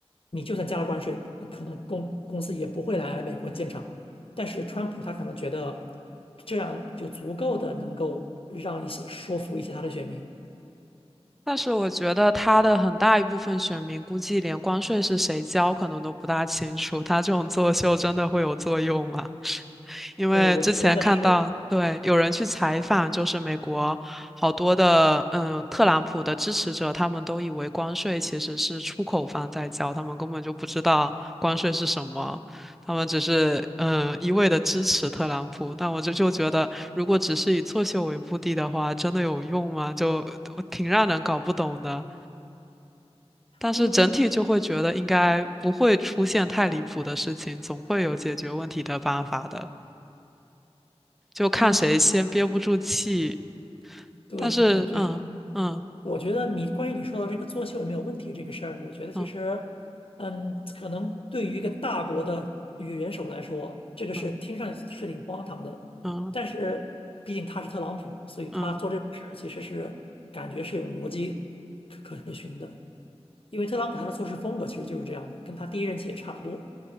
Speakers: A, on the left; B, in the centre.
A: 你就算加了关税，可能公公司也不会来美国建厂。但是川普他可能觉得这样就足够的能够让一些说服一些他的选民。
B: 但是我觉得他的很大一部分选民估计连关税是谁交可能都不大清楚，他这种作秀真的会有作用吗？<laughs> 因为之前看到，
A: 对，我觉得是，
B: 对，有人去采访，就是美国好多的嗯特朗普的支持者，他们都以为关税其实是出口方在交，他们根本就不知道关税是什么，他们只是嗯一味的支持特朗普，但我就就觉得，如果只是以作秀为目的的话，真的有用吗？就挺让人搞不懂的。但是整体就会觉得应该不会出现太离谱的事情，
A: 嗯
B: 总会有解决问题的办法的，就看谁先憋不住气。
A: 啊，对，
B: 但是，
A: 我觉得，
B: 嗯嗯
A: 我觉得你关于你说到这个作秀有没有问题这个事儿，我觉得其实，
B: 嗯
A: 嗯，可能对于一个大国的语元首来说，这个是听上去是挺荒唐的，
B: 嗯嗯
A: 但是毕竟他是特朗普，所以他做这种事儿其实是感觉是有逻辑可可可循的。
B: 嗯
A: 因为特朗普他的做事风格其实就是这样的，跟他第一任期也差不多。